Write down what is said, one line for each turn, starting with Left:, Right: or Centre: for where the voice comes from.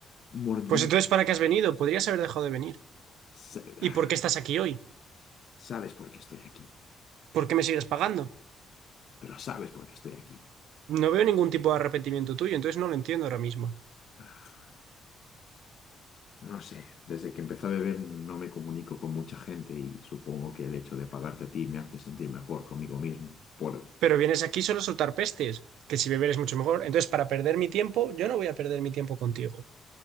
Left: mordiendo.
Right: Pues entonces, ¿para qué has venido? Podrías haber dejado de venir.
Left: Sa-
Right: ¿Y
Left: ah,
Right: por qué estás aquí hoy?
Left: Sabes por qué estoy aquí,
Right: ¿Por qué me sigues pagando?
Left: pero sabes por qué estoy aquí.
Right: No veo ningún tipo de arrepentimiento tuyo, entonces no lo entiendo ahora mismo.
Left: Ah, No sé, desde que empecé a beber no me comunico con mucha gente y supongo que el hecho de pagarte a ti me hace sentir mejor conmigo mismo por
Right: Pero vienes aquí solo a soltar pestes, que si beber es mucho mejor. Entonces, para perder mi tiempo, yo no voy a perder mi tiempo contigo.